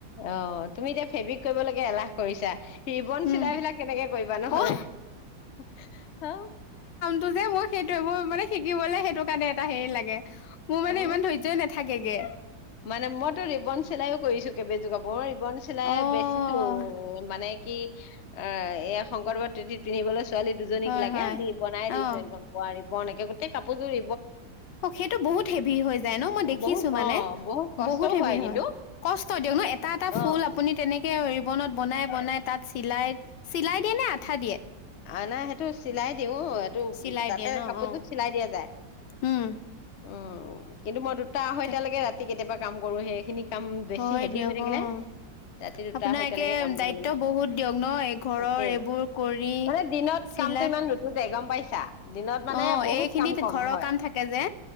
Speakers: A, on the left; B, on the left.
A: অ তুমি এতিয়া ফেব্ৰিক কৰিবলৈাগে এলাহ কৰিছা হৱন
B: উম,
A: চিলাই বিলাক কেনেকে কৰিবা নহলে
B: অ'
A: হ
B: টো যে মোৰ সেইটোোৱে মোৰ মানে শিকিবলে সেইটো কাৰণে এটা হেৰি লাগে মোৰ মানে ইমান
A: অ
B: ধৈৰ্যই নাই। থাকেগে
A: মানে মইতো ৰিবন চিলাইও কৰিছো কেইবজোকা <inaudible> চিলাই
B: অ'
A: বেচিছো মানে কি অ' এইয়া শংকৰদাৰ পিন্ধিবলৈ ছোৱালী দুজনীক
B: হয়
A: লাগে
B: হয়।
A: দি বনাই দিছো
B: অ'।
A: একদম পোৱাৰি বন একে গোটেই কাপযোৰ
B: সেইটো বহুত হেভি হৈ যায় ন মই দেখিছো
A: বহুত
B: মানে।
A: অ কষ্টও
B: বহুত হেভি
A: কিন্তু
B: হয় কষ্ট দিয়ক ন এটা এটা
A: অ
B: ফুল আপুনি তেনেকে ৰিবনত বনাই বনাই তাত চিলাই চিলাই দিয়ে নে আঠা দিয়ে?
A: অ' নাই সেইটো চিলাই দিওঁ এইটো
B: চিলাই
A: তাতে
B: দিয়ে ন'
A: কাপোৰযোৰ
B: অ'।
A: চিলাই দিয়া যায়
B: উম,
A: উম কিন্তু মই দুটা আহঁ
B: তে-
A: এতিয়ালৈকে ৰাতি কেতিয়াবা কাম কৰো সেইখিনি কাম বেছি
B: হয়
A: হেভি
B: দিয়ক
A: হৈ থাকিলে
B: অ'
A: ৰাতি দুটা
B: আপোনাক
A: আঢ়ৈটালৈকে
B: একে
A: কাম কৰিব
B: দায়িত্ব
A: লাগে
B: বহুত দিয়ক ন ঘৰৰ
A: তাকে
B: এইবোৰ কৰি
A: মানে দিনত
B: চিলাই
A: কামতটো ইমান নতুনতে গম পাইছা? দিনত মানে
B: অ',
A: বহুত
B: এইখিনি
A: কাম কম
B: ঘৰৰ
A: হয়,
B: কাম থাকে যে